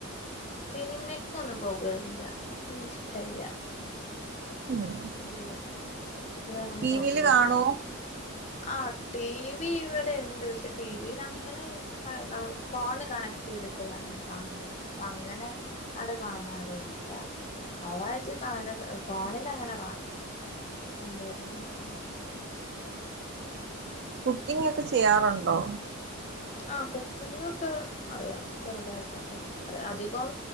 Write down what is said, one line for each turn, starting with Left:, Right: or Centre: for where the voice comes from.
Left: സിനിമയ്ക്കൊന്നും പോകലില്ല ല്ല
Right: ഉം
Left: ഒരു ഒത്തവ അങ്ങനെ
Right: ടിവിൽ
Left: പോക്കലേ
Right: കാണോ
Left: ഇല്ല ആഹ് ടി വി ഇവിടെ ഉണ്ട് പക്ഷെ ടി വിൽ അങ്ങനെ ഫോണ് കണക്ട് ചെയ്തിട്ട് വേണം കാണാൻ അപ്പ അങ്ങനെ അടെ കാണാറില്ല അവറായിട്ട് കാണ ഫാണിൽ അങ്ങനെ കാണും എണ്ട് വരും പറ്റ
Right: കുക്കിംഗ ഒക്കെ ചെയ്യാറുണ്ടോ
Left: ആഹ് കുക്കിംഗ ഒക്കെ അറിയാം ചെറുതായിട്ടൊക്കെ അ അധികം